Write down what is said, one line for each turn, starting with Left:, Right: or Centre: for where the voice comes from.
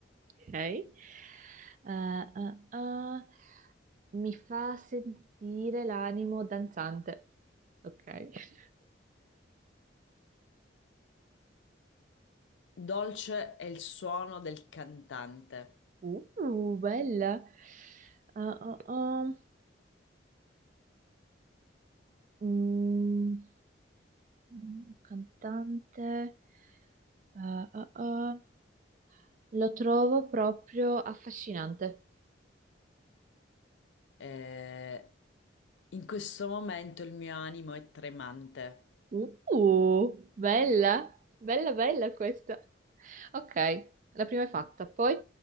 Right: Ok. Ah, ah, ah, mi fa sentire l'animo danzante. Ok.
Left: Dolce è il suono del cantante.
Right: Uh, bella. Ah, ah, ah. Mm. Mm, Cantante. Eh, eh, eh. Lo trovo proprio affascinante.
Left: Eh, in questo momento il mio animo è tremante.
Right: Uh, bella, bella, bella questa. Ok, la prima è fatta. Poi,